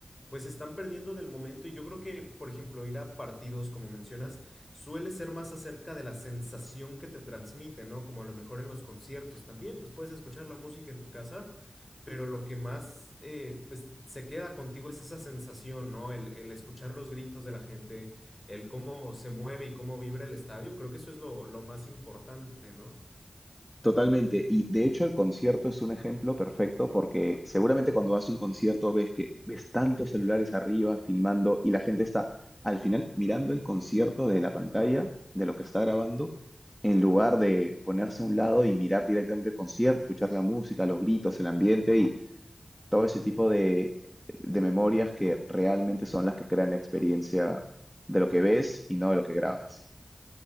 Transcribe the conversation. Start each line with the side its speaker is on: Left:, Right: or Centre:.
Left: pues se están perdiendo del momento y yo creo que, por ejemplo, ir a partidos, como mencionas, suele ser más acerca de la sensación que te transmite, ¿no? Como a lo mejor en los conciertos también, pues puedes escuchar la música en tu casa pero lo que más eh, pues, se queda contigo es esa sensación, ¿no? El, el escuchar los gritos de la gente, el cómo se mueve y cómo vibra el estadio, creo que eso es lo, lo más importante, ¿no?
Centre: Totalmente. Y de hecho el concierto es un ejemplo perfecto porque seguramente cuando vas a un concierto ves que ves tantos celulares arriba filmando y la gente está al final mirando el concierto de la pantalla, de lo que está grabando, en lugar de ponerse a un lado y mirar directamente el concierto, escuchar la música, los gritos, el ambiente y todo ese tipo de, de memorias que realmente son las que crean la experiencia de lo que ves y no de lo que grabas.